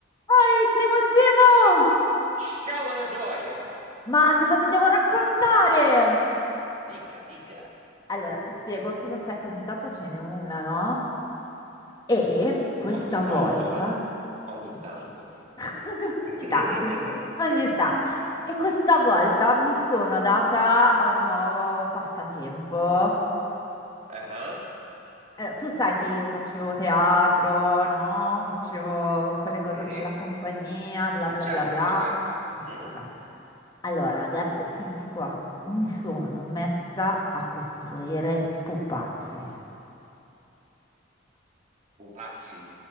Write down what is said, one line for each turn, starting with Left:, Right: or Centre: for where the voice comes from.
Left: Poi, Simo, Simo!
Right: Ciao, bella gioia!
Left: Ma cosa ti devo raccontare?
Right: Dica, dica.
Left: Allora, ti spiego, tu lo sai che ogni tanto ce n'è una, no? E questa
Right: Ogni tanto,
Left: volta...
Right: Ciao. eh? Ogni tanto.
Left: Sì. <laughs>
Right: Eh.
Left: Ogni
Right: <laughs>
Left: tanto, sì, ogni tanto. E questa volta mi sono data a un nuovo passatempo.
Right: Ah,
Left: Eh, tu sai che io facevo teatro, no? Facevo quelle cose
Right: sì?
Left: con la compagnia, bla bla
Right: Certo,
Left: bla bla.
Right: certo.
Left: Mm,
Right: Mm?
Left: fantastico. Allora, adesso senti qua, mi sono messa a costruire pupazzi.
Right: Pupazzi.